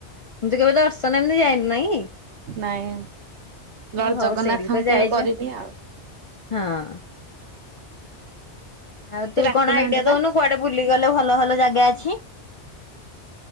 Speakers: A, on the left; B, on the right.
A: କିନ୍ତୁ କେବେ ଦର୍ଶନ ଏମିତି ଯାଇନି ନାହିଁ।
B: ନାଇଁ ଲର
A: ହଉ
B: ଜଗନ୍ନାଥଙ୍କୁ
A: ସେଇଠିକି ତ
B: କେବେ
A: ଯାଇଛୁ
B: କରିନି ଆଉ।
A: ହଁ ଆଉ
B: ସେ
A: ତୁ
B: ଡାକୁନାହାନ୍ତି
A: କଣ ଆଇଡିଆ
B: ପା।
A: ଦଉନୁ କୁଆଡେ ବୁଲିଗଲେ ଭଲ ଭଲ ଜାଗା ଅଛି।